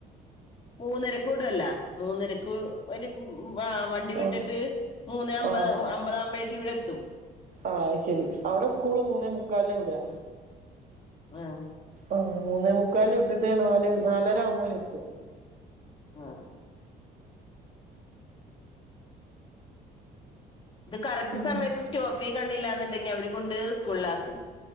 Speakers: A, on the left; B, on the right.
A: മൂന്നരക്ക് വിടോലോ മൂന്നരക്ക് ഓര് വണ്ടി
B: ആഹ്
A: വിട്ടിട്ട് മൂന്നേ അമ്പത്
B: ആഹ്
A: അമ്പതാകുമ്പഴേക്ക് ഇവിടെ എത്തും
B: ആഹ് അഹ് ശരി അവിടെ സ്കൂള് മൂന്നേ മുക്കാലിനാ വിടാ
A: ആഹ്
B: ആഹ് മൂന്നേ മുക്കാലിന് വിട്ടിട്ട് നാല് നാലര ആവുമ്പോത്തിന് എത്തും
A: ആഹ് ഇത് കറക്റ്റ്
B: ഉം
A: സമയത്ത് സ്റ്റോപ്പി കണ്ടില്ലാന്നുണ്ടെങ്കി അവര് കൊണ്ട് പോയി സ്കൂളില് ആക്കും